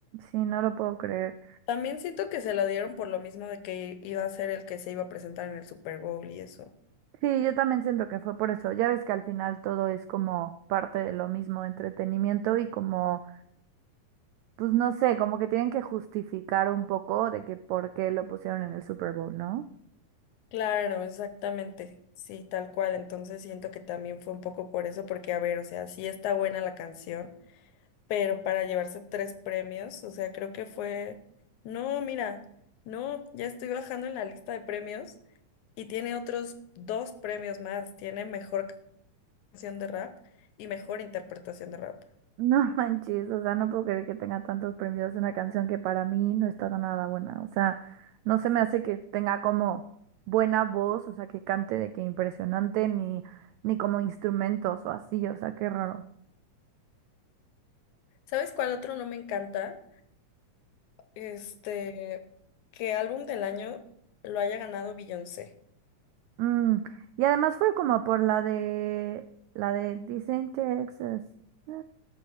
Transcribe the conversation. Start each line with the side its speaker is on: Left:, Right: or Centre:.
Right: Sí, no lo puedo creer.
Left: También siento que se lo dieron por lo mismo de que iba a ser el que se iba a presentar en el Super Bowl y eso.
Right: Sí, yo también siento que fue por eso. Ya ves que al final todo es como parte de lo mismo, entretenimiento y como, pues no sé, como que tienen que justificar un poco de que por qué lo pusieron en el Super Bowl, ¿no?
Left: Claro, exactamente. Sí, tal cual. Entonces siento que también fue un poco por eso, porque a ver, o sea, sí está buena la canción, pero para llevarse tres premios, o sea, creo que fue... No, mira, no, ya estoy bajando en la lista de premios y tiene otros dos premios más. Tiene mejor canción de rap y mejor interpretación de rap.
Right: No <laughs> manches, o sea, no puedo creer que tenga tantos premios una canción que para mí no está nada buena. O sea, no se me hace que tenga como buena voz, o sea, que cante de que impresionante, ni, ni como instrumentos o así, o sea, qué raro.
Left: ¿Sabes cuál otro no me encanta? Este, que álbum del año lo haya ganado Beyoncé.
Right: Mm, Y además fue como por la de, la de Dicen Texas. Eh,